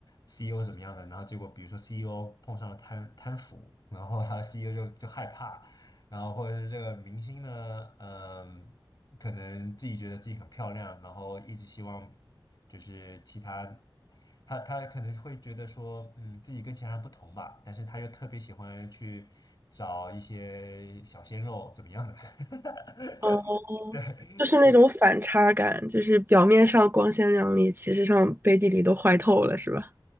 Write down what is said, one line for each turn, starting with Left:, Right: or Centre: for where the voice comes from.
Left: CEO 怎么样的，然后结果比如说 CEO 碰上了贪贪腐，然后他 CEO 就就害怕。然后或者是这个明星呢，嗯，可能自己觉得自己很漂亮，然后一直希望就是其他，他他可能会觉得说，嗯，自己跟其他人不同吧，但是他又特别喜欢去找一些小鲜肉怎么样的，<laughs>
Right: 哦。
Left: 对
Right: 就是那种反差感，就是表面上光鲜亮丽，其实上背地里都坏透了，是吧？